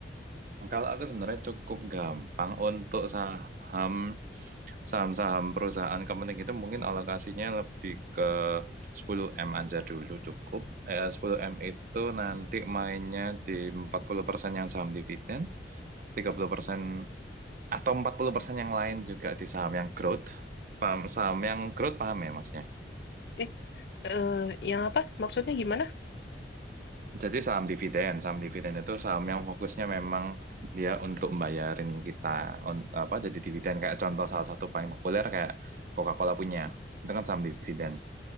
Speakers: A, on the right; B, on the left.
A: kalau aku sebenarnya cukup gampang untuk saham saham-saham perusahaan kepenting itu mungkin alokasinya lebih ke 10M aja dulu cukup. Eh, 10M itu nanti mainnya di 40% yang saham dividen, 30% atau 40% yang lain juga di saham yang growth. Paham, saham yang growth paham ya maksudnya?
B: Eh, eee, yang apa? Maksudnya gimana?
A: Jadi saham dividen, saham dividen itu saham yang fokusnya memang dia untuk membayarin kita un- apa jadi dividen kayak contoh salah satu paling populer kayak Coca-Cola punya. Itu kan saham dividen.